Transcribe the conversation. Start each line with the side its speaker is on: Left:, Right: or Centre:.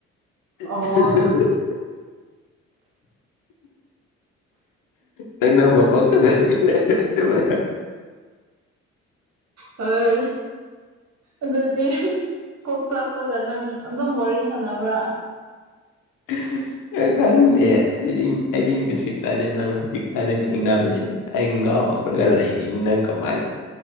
Left: <unintelligible>
Right: ꯑꯣ
Left: ꯅꯪꯅ ꯃꯀꯣꯛꯇ ꯂꯩꯔꯦ ꯑꯗꯨꯒ꯫
Right: ꯍꯣꯏ ꯑꯗꯨꯗꯤ ꯀꯣꯛ ꯆꯥꯛꯄꯒ ꯅꯪ ꯑꯗꯨꯝ ꯋꯥꯔꯤ꯫ ꯁꯥꯟꯅꯕ꯭ꯔꯥ꯫
Left: ꯑꯍ꯫ ꯑꯩꯗꯤ ꯈꯪꯗꯦ ꯑꯩ ꯑꯩꯗꯤ ꯉꯁꯤ ꯈꯛꯇꯅꯦ ꯅꯪ ꯍꯧꯖꯤꯛꯀꯟꯗ ꯊꯦꯡꯅꯕꯁꯦ꯫ ꯑꯩ ꯉꯥꯎꯔꯒ ꯂꯩꯔꯤꯅꯤ ꯅꯪ ꯀꯃꯥꯏ꯫